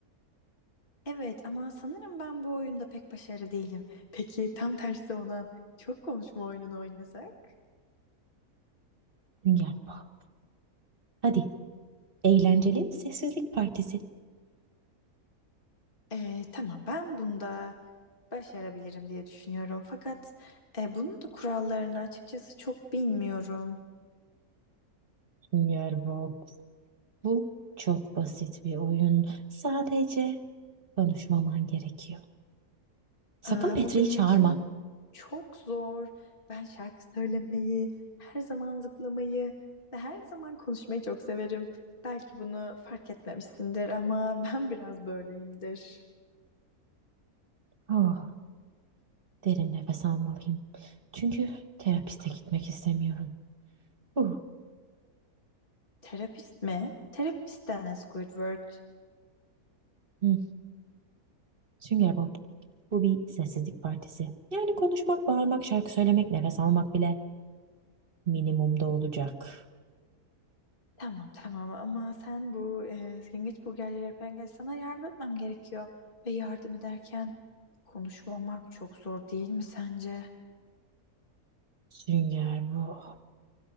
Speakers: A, on the left; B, on the right.
A: Evet ama sanırım ben bu oyunda pek başarılı değilim. Peki tam tersi olan çok konuşma oyununu oynasak?
B: Sünger Bob. Hadi, eğlenceli sessizlik partisi.
A: Ee, tamam ben bunda başarabilirim diye düşünüyorum. Fakat e, bunun da kurallarını açıkçası çok bilmiyorum.
B: Sünger Bob, bu çok basit bir oyun. Sadece konuşmaman gerekiyor. Sakın
A: Aa,
B: Petri'yi
A: bu benim
B: çağırma.
A: için çok zor. Ben şarkı söylemeyi, her zaman zıplamayı ve her zaman konuşmayı çok severim. Belki bunu fark etmemişsindir ama <laughs> ben biraz böyleyimdir.
B: Oh, derin nefes almalıyım. Çünkü terapiste gitmek istemiyorum. Huh.
A: Terapist mi? Terapist denen Squidward.
B: Hmm. Sünger Bob. Bu bir sessizlik partisi. Yani konuşmak, bağırmak, şarkı söylemek, nefes almak bile minimumda olacak.
A: Tamam tamam ama sen bu e, yengeç burgerleri yapan gel sana yardım etmem gerekiyor. Ve yardım ederken konuşmamak çok zor değil mi sence?
B: Sünger Bob.